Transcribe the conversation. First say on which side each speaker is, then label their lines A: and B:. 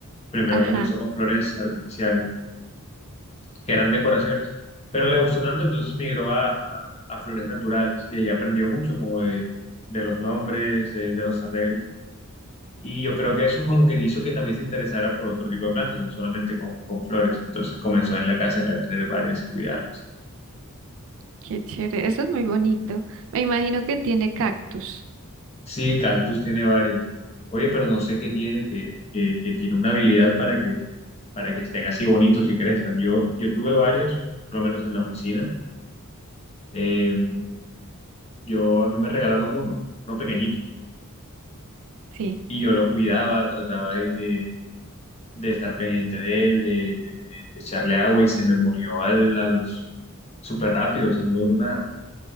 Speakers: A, on the left; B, on the right.
A: Primero
B: Ajá,
A: comenzó con flores artificiales, que eran decoraciones, pero le gustó tanto, entonces migró a, a- a flores naturales y ella aprendió mucho como de, de los nombres, de, de los arreglos. Y yo creo que eso como que hizo que también se interesara por otro tipo de plantas, no solamente con, con flores. Entonces comenzó en la casa acá a tener varias y cuidarlas.
B: qué chévere. Eso es muy bonito. Me imagino que tiene cactus.
A: Sí, Cactus tiene varios. Oye, pero no sé qué tiene, que, que- que tiene una habilidad para que, para que estén así bonitos y crezcan. Yo, yo tuve varios, por lo menos en la oficina. Eh, yo, a mí me regalaron uno, uno pequeñito,
B: Sí.
A: y yo lo cuidaba, trataba de que, de estar pendiente de él, de, de- de- de echarle agua y se me murió al, a los súper rápido, o sea, no duró nada.